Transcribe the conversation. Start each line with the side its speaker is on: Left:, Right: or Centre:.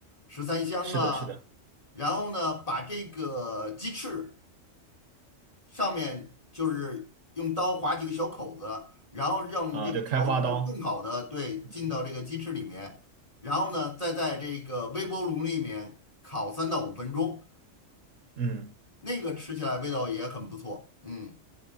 Left: 十三香啊，
Right: 是的，是的
Left: 然后呢，把这个鸡翅。上面就是用刀划几个小口子，然后让这个调汁更好的对进到这个鸡翅里面，
Right: 啊，就开花刀，嗯
Left: 然后呢，再在这个微波炉里面烤三到五分钟，
Right: 嗯。
Left: 那个吃起来味道也很不错。嗯，